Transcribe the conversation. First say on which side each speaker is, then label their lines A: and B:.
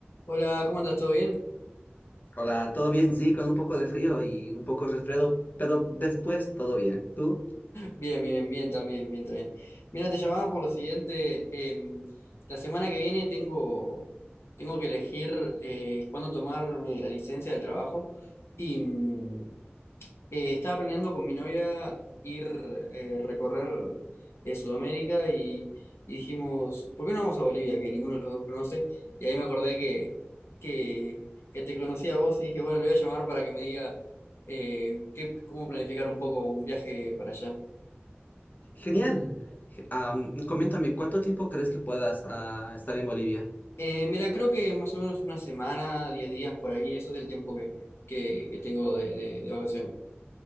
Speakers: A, on the left (about 80°); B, on the left (about 45°).
A: Hola, ¿cómo andas? ¿Todo bien?
B: Hola, ¿todo bien? Sí, con un poco de frío y un poco resfriado, pero después todo bien. ¿Tú?
A: Bien, bien, bien también, bien también. Mira, te llamaba por lo siguiente. em, la semana que viene tengo, tengo que elegir eh, cuándo tomarme la licencia del trabajo y, mm, Eh, estaba planeando con mi novia ir eh, recorrer eh, Sudamérica y, y dijimos, ¿por qué no vamos a Bolivia? Que ninguno de los dos conoce. Y ahí me acordé que, que, que te conocía a vos y dije, bueno, le voy a llamar para que me diga eh, qué, cómo planificar un poco un viaje para allá.
B: Genial. Ge- am, coméntame, ¿cuánto tiempo crees que puedas ah, estar en Bolivia?
A: Eh, mira, creo que más o menos una semana, 10 días por ahí, eso es el tiempo que, que, que tengo de, de, de vacaciones.